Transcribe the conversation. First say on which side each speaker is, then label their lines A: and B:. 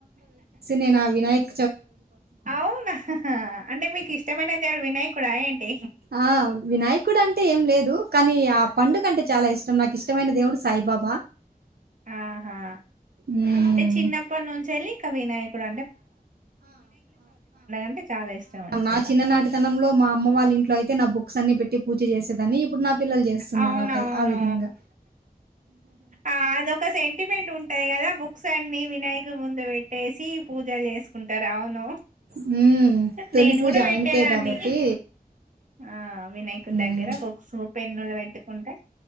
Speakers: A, on the right; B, on the right.
A: నేన్ ఆ వినాయక్
B: అవునా అంటే మీక్ ఇష్టమైన దేవుడు వినాయకుడా ఏంటి
A: ఆ వినాయకుడు అంటే ఏం లేదు కానీ ఆ పండుగంటే చాలా ఇష్టం నాక్ ఇష్టమైన దేవుడు సాయిబాబా
B: ఆహా
A: హ్మ్.
B: చిన్నప్పట్ నుంచెల్లి కవినాయకుడు అంటే చాలా ఇష్టం అనుకుంటా
A: నా చిన్ననాటితనంలో మా అమ్మ వాళ్ళ ఇంట్లో అయితే అయితే నా బుక్స్ అన్ని పెట్టి పూజ చేసేదాన్ని ఇప్పుడు నా పిల్లల్ చేస్తున్నార్
B: అవునవును
A: ఆ టై ఆ విధంగా
B: ఆ అదొక సెంటిమెంట్ ఉంటది కదా బుక్స్ అన్ని వినాయక ముందు పెట్టేసి సి పూజల్ చేస్కుంటర్ అవును
A: హ్మ్. తొలి
B: నేన్
A: పూజ
B: కూడా
A: ఆయనకే
B: పెట్టేదాన్ని
A: కాబట్టి.
B: ఆ వినాయకున్
A: హ్మ్.
B: దగ్గర బుక్సు పెన్నులు పెట్టుకుంటే